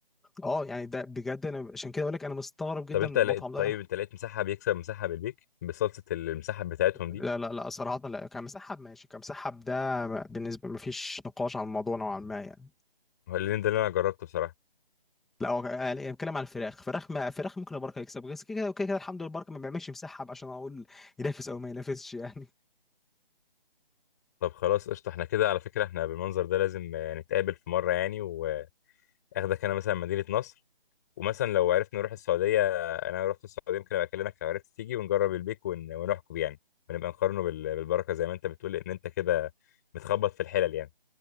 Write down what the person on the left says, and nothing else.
طب انت
لقيت
طيب انت لقيت مسحب يكسب مسحب البيك بصلصة المسحب بتاعتهم
دي
هو اللي ده اللي انا جربته بصراحة
طب خلاص قشطة احنا كده على فكرة احنا بالمنظر ده لازم آه، نتقابل في مرة يعني واخدك انا مثلا مدينة نصر ومثلا لو عرفت نروح السعودية آه، انا لو رحت السعودية ممكن ابقى اكلمك لو عرفت تيجي ونجرب البيك ون- ونحكم يعني ونبقى نقارنه بال- بالبركة زي ما انت بتقول ان انت كده بتخبط في الحلل يعني